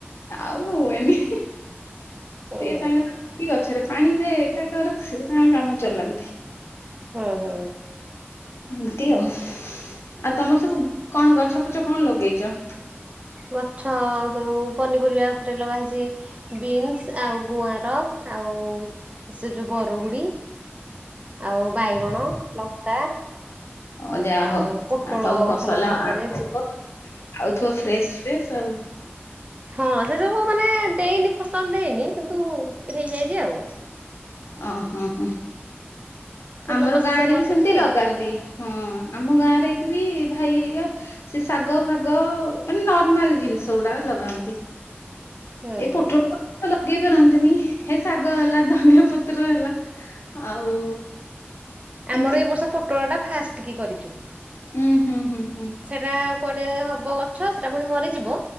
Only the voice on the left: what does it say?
ଆଉ ହୁଏନି।
ସିଏ ତାଙ୍କର ଉଠିକି ଗଛରେ ପାଣି ଦେ ଏଟା କର ସିଏ ତାଙ୍କ କାମ ଚଲାନ୍ତି।
ଏମିତି ଆଉ ଆଉ ତମର ସବୁ କଣ ଗଛ ଫଛ କଣ ଲଗେଇଛ?
ହ ଯାହା
ହଉ
ଆ ସବୁ
ଫସଲ
ଆଉଥିବ।
ଆଉଥିବ ଫ୍ରେଶ ଫ୍ରେଶ ଆଉ
ଅହ ହୋ
ଆମର
ଗାଁରେ
ବି
ସେମିତି
ଲଗାନ୍ତି। ହଁ ଆମ ଗାଁରେ ବି ଭାଇ ହେରିକା ସେ ଶାଗ ଫାଗ ମାନେ ନର୍ମାଲ ଜିନିଷ ଗୁଡା ଲଗାନ୍ତି।
ଏ
ପୋଟଳ ଫୋଟଳ ହେଲା ତ ଲଗେଇ ପାରନ୍ତିନି ଏ ଶାଗ ହେଲା ଧନିଆ ପତ୍ର ହେଲା ଆଉ
ଏମିତି
ହୁଁ ହୁଁ ହୁଁ ହୁଁ।